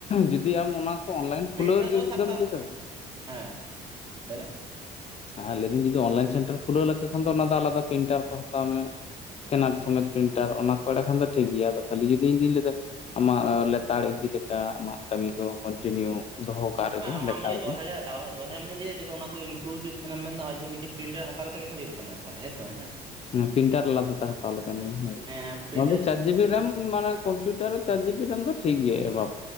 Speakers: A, on the left; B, on the right.
A: ᱡᱩᱫᱤ ᱟᱢ ᱚᱱᱟ ᱠᱚ ᱚᱱᱞᱟᱭᱤᱱ ᱠᱷᱩᱞᱟᱹᱣ
B: ᱛᱮ ᱟᱫᱚ
A: ᱡᱩᱫᱤᱢ
B: ᱥᱟᱯ ᱠᱟᱜ,
A: ᱪᱮᱫᱟ
B: ᱦᱮᱸ, ᱞᱮᱭ ᱢᱮ᱾
A: ᱟ ᱞᱮᱭᱫᱟᱹᱧ ᱡᱩᱫᱤ ᱚᱱᱞᱟᱭᱤᱱ ᱥᱮᱱᱴᱟᱨ ᱠᱷᱩᱞᱟᱹᱣ ᱞᱮᱠᱟ ᱠᱷᱟᱱ ᱫᱚ ᱚᱱᱟ ᱫᱚ ᱟᱞᱟᱫᱟ ᱯᱨᱤᱱᱴᱟᱨ ᱠᱚ ᱦᱟᱛᱟᱣ ᱢᱮ᱾ ᱠᱮᱱᱟᱨ ᱥᱚᱢᱮᱛ ᱯᱨᱤᱱᱴᱟᱨ ᱚᱱᱟ ᱠᱚ ᱮᱸᱰᱮ ᱠᱷᱟᱱ ᱫᱚ ᱴᱷᱤᱠ ᱜᱮᱭᱟ, ᱟᱫᱚ ᱠᱷᱟᱹᱞᱤ ᱡᱩᱫᱤ ᱤᱧ ᱫᱩᱧ ᱞᱮᱭᱫᱟ ᱟᱢᱟᱜ ᱞᱮᱛᱟᱲ ᱤᱫᱤ ᱞᱮᱠᱟ, ᱟᱢᱟᱜ ᱠᱟᱹᱢᱤ ᱠᱚ ᱠᱚᱱᱴᱤᱱᱤᱭᱩ ᱫᱚᱦᱚ ᱠᱟᱜ
B: <unintelligible>
A: ᱨᱮᱜᱮ ᱞᱮᱛᱟᱲ
B: ᱟᱢ ᱡᱩᱫᱤ ᱫᱚᱥ
A: ᱜᱮ
B: ᱦᱟᱡᱟᱨ <unintelligible> ᱫᱚᱥ ᱦᱟᱡᱟᱨ <unintelligible> ᱡᱚᱛᱚ ᱚᱱᱟ ᱠᱚ ᱤᱱᱠᱞᱩᱰ ᱡᱩᱫᱤ ᱛᱟᱦᱮᱱᱟᱢ ᱢᱮᱱᱫᱟ ᱚᱱᱟ ᱡᱩᱫᱤ ᱢᱤᱫᱴᱤᱡ ᱯᱨᱤᱱᱴᱟᱨ ᱦᱟᱛᱟᱣ ᱞᱮᱷᱟᱡ ᱜᱮ ᱛᱚ ᱦᱩᱭᱩᱜ ᱠᱟᱱᱟ ᱛᱟᱦᱞᱮ, ᱦᱮᱸᱥᱮ ᱵᱟᱝ?
A: ᱦᱮᱸ, ᱯᱤᱱᱴᱟᱨ ᱟᱠᱟᱫᱟ ᱛᱮ ᱦᱟᱛᱟᱣ ᱞᱮᱠᱷᱟᱱ ᱜᱮ ᱦᱳᱭ,
B: ᱦᱮᱸ ᱯᱨᱤᱱᱴᱟᱨ
A: ᱱᱚᱣᱟ ᱫᱚ
B: ᱡᱩᱫᱤ
A: ᱪᱟᱨ
B: ᱢᱤᱫᱴᱮᱡ
A: ᱡᱤ ᱵᱤ
B: ᱵᱷᱟᱜᱮ
A: ᱨᱮᱢ ᱢᱟᱱᱮ ᱠᱚᱢᱯᱤᱭᱩᱴᱟᱨ ᱨᱮ ᱪᱟᱨ ᱡᱤᱵᱤ ᱨᱮᱢ ᱫᱚ ᱴᱷᱤᱠ ᱜᱮᱭᱟ ᱮᱰᱷᱟᱵ᱾